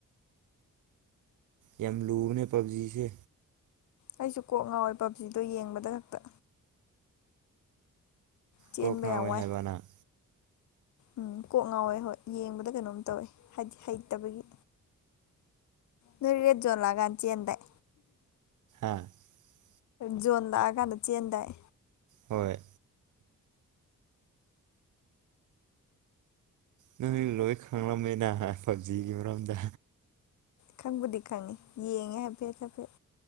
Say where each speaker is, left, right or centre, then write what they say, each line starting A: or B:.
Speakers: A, on the right (about 65°); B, on the left (about 60°).
A: ꯌꯥꯝ ꯂꯨꯕꯅꯦ ꯄꯕꯖꯤꯁꯦ
B: ꯑꯩꯁꯨ ꯀꯣꯛ ꯉꯥꯎꯋꯦ ꯄꯕꯖꯤꯗꯣ ꯌꯦꯡꯕꯗ ꯈꯛꯇ ꯆꯦꯟꯕ
A: ꯀꯣꯛ ꯉꯥꯎꯋꯦ
B: ꯌꯥꯝ ꯋꯥꯏ
A: ꯍꯥꯏꯕ ꯅꯪ
B: ꯎꯝ ꯀꯣꯛ ꯉꯥꯎꯋꯦ ꯍꯣꯏ ꯌꯦꯡꯕꯗ ꯀꯩꯅꯣꯝ ꯇꯧꯋꯦ ꯍꯥꯏꯗꯤ ꯍꯩꯇꯕꯒꯤ ꯅꫭꯏ ꯔꯦꯗ ꯖꫭꯟ ꯂꯥꯛꯀꯥꯟ ꯆꯦꯟꯗꯥꯏ
A: <inaudible>
B: ꯖꯣꯟ ꯂꯥꯛꯑꯥ ꯀꯥꯟꯗ ꯆ‌ꯦꯟꯗꯥꯏ
A: ꯍꯣꯏ ꯅꯣꯏ ꯂꯣꯏ ꯈꯪꯂꯝꯃꯦꯅ ꯄꯞꯖꯤꯒꯤ ꯃꯔꯝꯗ
B: ꯈꯪꯕꯨꯗꯤ ꯈꯪꯉꯤ ꯌꯦꯡꯉꯦ ꯍꯥꯏꯐꯦꯠ ꯍꯥꯏꯐꯦꯠ